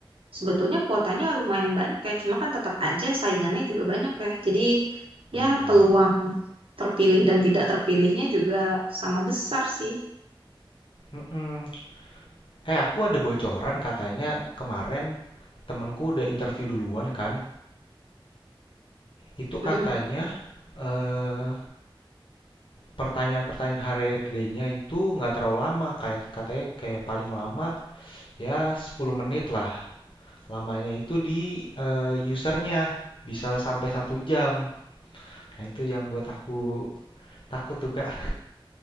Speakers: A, on the right; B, on the left.
A: sebetulnya kuotanya lumayan banyak ya. Cuma kan tetap aja saingannya juga banyak ya. Jadi
B: Bener.
A: ya peluang terpilih dan tidak terpilihnya juga sama besar sih.
B: Mm-mm. Eh, aku ada bocoran katanya kemarin temenku udah interview duluan kan. Itu
A: Mm-mm.
B: katanya eh, pertanyaan-pertanyaan HRD-nya itu nggak terlalu lama. Kayak katanya kayak paling lama ya 10 menit lah. Lamanya itu di eh, usernya bisa sampai satu jam. Nah, itu yang buat aku takut tuh, Kak.